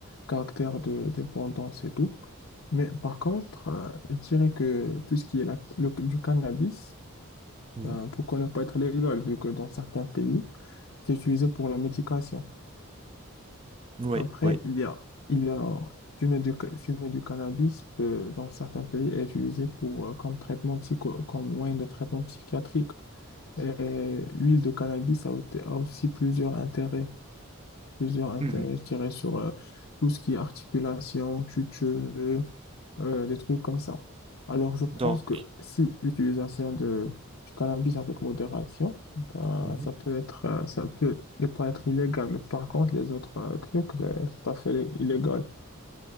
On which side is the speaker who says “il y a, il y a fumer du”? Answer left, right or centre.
Left